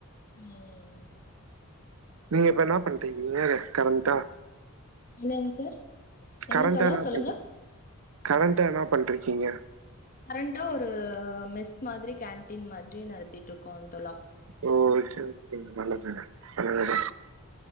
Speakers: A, on the left; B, on the right.
A: ம் ம்
B: நீங்க இப்ப என்ன பண்ட்ருக்கீங்க கரண்ட்டா
A: என்னங்க சார் என்ன
B: கரண்ட்டா
A: தோழா
B: நா
A: சொல்லுங்க
B: கேக்கறே கரண்டா என்ன பண்ட்ருக்கீங்க
A: கரண்ட்டா ஒரு மெஸ் மாதிரி கேன்டீன் மாதிரி நடத்திட்டு இருக்கோ தோழா
B: ஓ செரி செரி நல்லதுங்க நல்லது தா